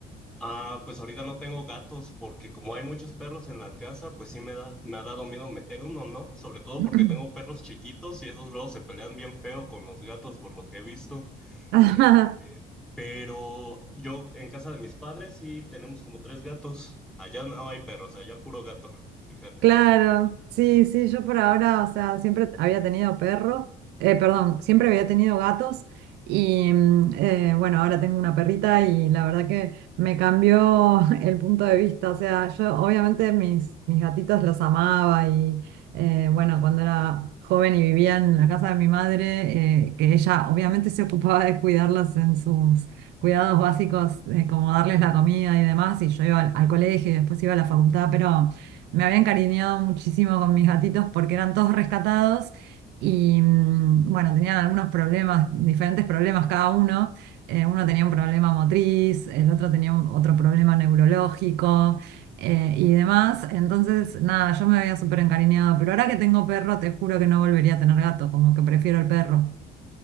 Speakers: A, in the centre; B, on the right.
A: Ah, pues ahorita no tengo gatos porque como hay muchos perros en la casa, pues sí me da, me ha dado miedo meter uno, ¿no? Sobre todo
B: <clears throat>
A: porque tengo perros chiquitos y esos luego se pelean bien feo con los gatos por lo que he visto.
B: <laughs>
A: Este, pero yo en casa de mis padres sí tenemos como tres gatos. Allá no hay perros, allá puro gato, fíjate.
B: Claro, sí, sí, yo por ahora, o sea, siempre había tenido perro, eh, perdón, siempre había tenido gatos y mm, eh, bueno, ahora tengo una perrita y la verdad que me cambió <laughs> el punto de vista, o sea, yo obviamente mis, mis gatitos los amaba y eh, bueno, cuando era joven y vivía en la casa de mi madre, eh, que ella obviamente se ocupaba de cuidarlos en sus cuidados básicos, eh, como darles la comida y demás, y yo iba al al colegio y después iba a la facultad, pero... Me había encariñado muchísimo con mis gatitos porque eran todos rescatados y mm, bueno, tenían algunos problemas, diferentes problemas cada uno. Eh, uno tenía un problema motriz, el otro tenía un- otro problema neurológico eh, y demás. Entonces, nada, yo me había súper encariñado, pero ahora que tengo perro, te juro que no volvería a tener gato, como que prefiero el perro.